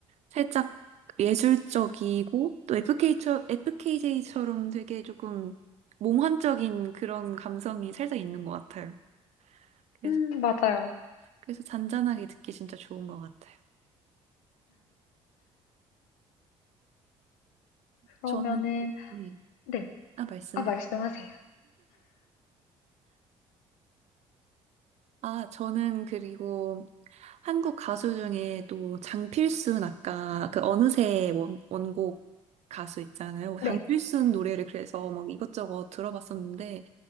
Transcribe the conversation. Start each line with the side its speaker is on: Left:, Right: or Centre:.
Right: 살짝 예술적이고 또 FK처, FKJ처럼 되게 조금 몽환적인 그런 감성이 살짝 있는 것 같아요. 그래서,
Left: 음, 맞아요.
Right: 그래서 잔잔하게 듣기 진짜 좋은 것 같아요.
Left: 그러면은,
Right: 저는, 네.
Left: 네.
Right: 아, 말씀하
Left: 아, 말씀하세요.
Right: 아, 저는 그리고 한국 가수 중에 또 장필순 아까 그 어느새 원, 원곡 가수 있잖아요.
Left: 네.
Right: 장필순 노래를 그래서 막 이것저것 들어봤었는데